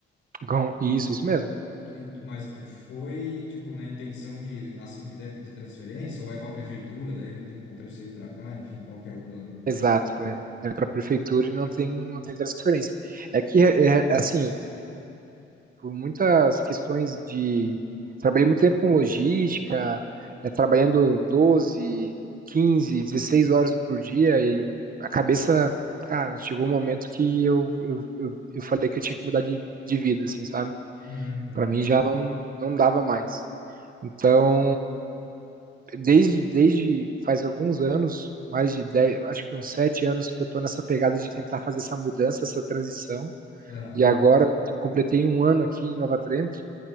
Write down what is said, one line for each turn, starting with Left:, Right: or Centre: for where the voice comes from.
Right: Com- Isso, isso mesmo.
Left: E tu, e tu, mas tu foi, tipo, na intenção de, assim que der, pedir transferência, ou é para a prefeitura, daí não tem como transferir para cá, enfim, qual que é o plano?
Right: Exato, é. É pra prefeitura e não tem não tem transferência. É que, eh eh, assim, por muitas questões de trabalhei muito tempo com logística, eh, trabalhando 12, 15, 16 horas por dia e a cabeça cara, chegou um momento que eu eu eu eu falei que eu tinha que mudar de de vida, assim, sabe.
Left: Uhum, uhum.
Right: Para mim já não não dava mais. Então, desde, desde faz alguns anos, mais de 10, acho que uns 7 anos que eu estou nessa pegada de tentar fazer essa mudança, essa transição.
Left: Aham,
Right: E agora completei um ano aqui em Nova Trento.